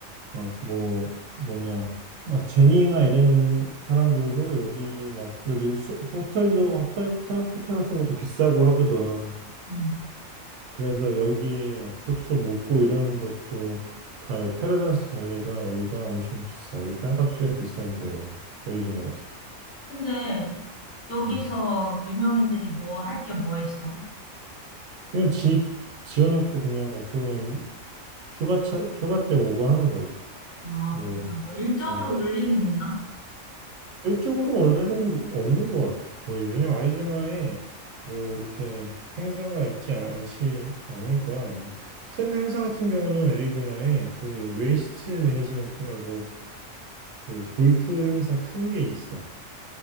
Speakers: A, on the right; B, on the left.
A: 막 뭐, 뭐냐. 막 제니나 이런 사람들도 여기 막 여기 수- 호텔도 호텔, 호텔 호텔 같은 것도 비싸고 하거든.
B: 음.
A: 그래서 여기에 막 숙소 묵고 이런 것도 다 여기 패러다이스 밸리가 여기가 엄청 비싸. 여기 땅값이 비싼데 여기 애리조나에서.
B: 근데 여기서
A: 음.
B: 유명인들이 뭐 할 게 뭐 있어?
A: 그냥 집 지어놓고 그냥 어떻게 보면 휴가차 휴가 때 오고 하는 거지.
B: 아,
A: 뭐
B: 그렇구나. 뭐 일적으로
A: 어.
B: 올리는 있나?
A: 일적으로 원래는 없는 것 같아. 거의 왜냐면 아리조나에 뭐 이렇게 행사가 있지 않지 않을 거야 아마. 큰 행사 같은 경우는 애리조나에 그 웨이스트 매니지먼트라고 그 골프 행사 큰 게 있어.